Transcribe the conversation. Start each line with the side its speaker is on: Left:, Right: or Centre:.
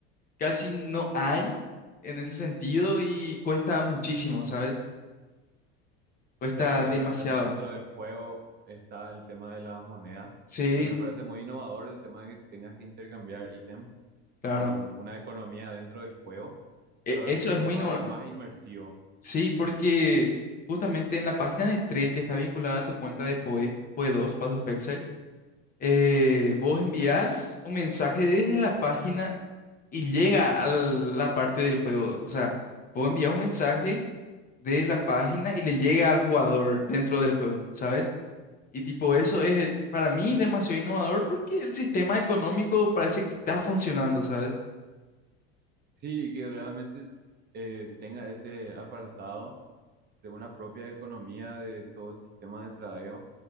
Left: casi no hay en ese sentido y cuesta muchísimo, ¿sabes? Cuesta
Right: Claro,
Left: Claro, la
Right: de
Left: demasiado.
Right: repente dentro
Left: encuentro.
Right: del juego está el tema de las monedas,
Left: Sí,
Right: que me parece muy innovador el tema de que tengas que intercambiar ítem
Left: claro.
Right: con una economía dentro del juego.
Left: E-
Right: Eso hace
Left: No eso
Right: que sea
Left: es muy
Right: todavía
Left: normal.
Right: más inmersivo.
Left: Sí, porque justamente en la página de trade que está vinculada a tu cuenta de Poe, poe dos Path of Exile, eh, vos envías un mensaje desde la página. y llega a la parte del juego. O sea, vos envías un mensaje de la página y le llega al jugador dentro del juego, ¿sabes? Y tipo, eso es eh, para mí demasiado innovador porque el sistema económico parece que está funcionando, ¿sabes?
Right: Sí, que realmente eh, tenga ese apartado de una propia economía de todo el sistema de tradeo.